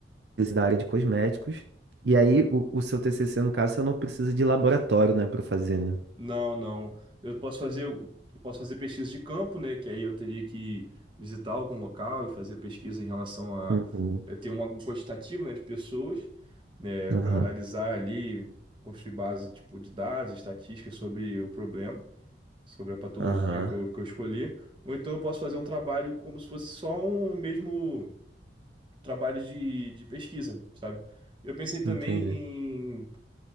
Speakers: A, on the right; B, on the right.
A: da área de cosméticos. E aí, o, o seu TCC, no caso, você não precisa de laboratório, né, para fazer, né?
B: Não, não. Eu posso fazer, eu posso fazer pesquisa de campo, né? Que aí eu teria que visitar algum local e fazer pesquisa em relação a
A: Uhum.
B: eh, ter uma- um quantitativo, né, de pessoas, né,
A: Aham.
B: para analisar ali, construir base tipo de dados, estatísticas sobre o problema, sobre a patologia
A: Aham.
B: que eu, que eu escolhi. Ou então eu posso fazer um trabalho como se fosse só um mesmo trabalho de, de pesquisa, sabe? Eu pensei também
A: Entendi.